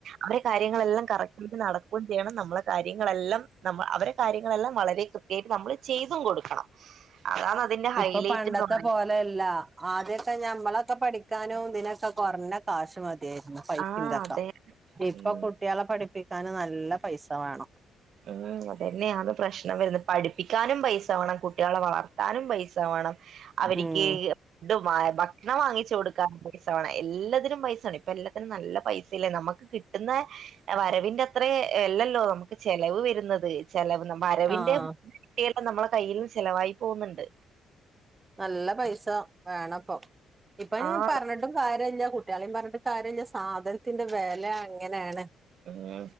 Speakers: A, on the right; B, on the right.
A: അവരെ കാര്യങ്ങളെല്ലാം കറക്റ്റ്ക്ക് നടക്കും ചെയ്യണം നമ്മളെ കാര്യങ്ങളെല്ലം ഞമ്മ അവരെ കാര്യങ്ങളെല്ലാം വളരെ <unintelligible> നമ്മള് ചെയ്തും കൊടുക്കണം അതാണ് അതിന്റെ
B: ഇപ്പം
A: ഹൈലൈറ്റ്
B: പണ്ടത്തെ
A: എന്ന്
B: പോലെ ല്ലാ ആദ്യൊക്കെ ഞമ്മളൊക്കെ പഠിക്കാനും ഇതിനൊക്കെ കൊറഞ്ഞ കാശ് മതി. <unintelligible> പൈസിണ്ടാക്കാം.
A: ആഹ് അതെ
B: ഇപ്പ
A: ഉം
B: കുട്ടിയേളെ പഠിപ്പിക്കാന് നല്ല പൈസ വേണം.
A: ഹ്മ്മ് അതന്നെയാണ് പ്രശ്നം വരുന്നേ, പഠിപ്പിക്കാനും പൈസ വാണം കുട്ട്യേളെ വളർത്താനും പൈസ വേണം അവരിക്ക്
B: ഉം
A: ടു ഏഹ് ഭക്ഷണം വാങ്ങിച്ചു കൊടുക്കാൻ പൈസ വേണം. എല്ലാത്തിനും പൈസാണ് ഇപ്പ എല്ലത്തിനും നല്ല പൈസല്ലേ നമ്മക്ക് കിട്ട് ട്ടുന്ന വരവിന്റെ അത്രേ അല്ലല്ലോ നമുക്ക് ചെലവ് വരുന്നത്. ചെലവ് വരവിന്റെ
B: ആഹ്
A: ഇരട്ടിയല്ലേ നമ്മളെ കയ്യിന്ന് ചെലവായി പോകുന്ന്ണ്ട്.
B: നല്ല പൈസ വേണപ്പം ഇപ്പൊ ഞാൻ
A: ആഹ്
B: പറഞ്ഞി ട്ടും കാര്യല്ല, കുട്ട്യാളിം പറഞ്ഞിട്ട് കാര്യല്ല സാധനത്തിന്റെ വെല അങ്ങനേണ്.
A: ഹ്മ്മ്,